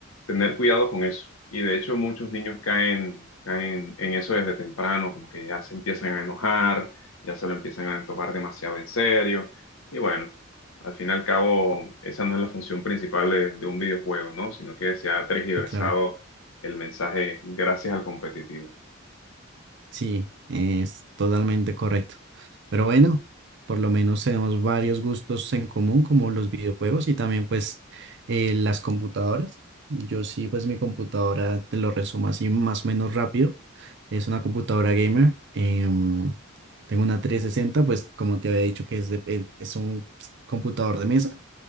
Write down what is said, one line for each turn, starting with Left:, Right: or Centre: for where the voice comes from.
Left: tener cuidado con eso. Y de hecho muchos niños caen, caen en eso desde temprano, como que ya se empiezan a enojar, ya se lo empiezan a tomar demasiado en serio. Y bueno, al fin y al cabo, esa no es la función principal de, de un videojuego, ¿no? Sino que se ha tergiversado
Right: Sí, claro.
Left: el mensaje gracias al competitivo.
Right: Sí, es totalmente correcto. Pero bueno, por lo menos tenemos varios gustos en común, como los videojuegos y también pues eh, las computadoras. Yo sí, pues mi computadora, te lo resumo así más o menos rápido. Es una computadora gamer. em, tengo una 360, pues como te había dicho que es, de- eh, es un computador de mesa.